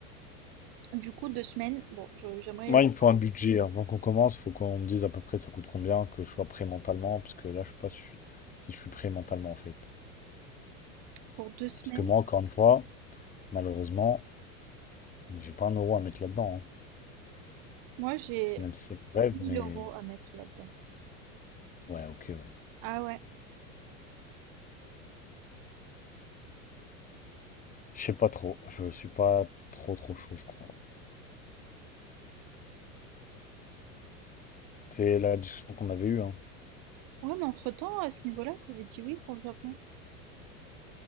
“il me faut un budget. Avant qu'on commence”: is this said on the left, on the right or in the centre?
Left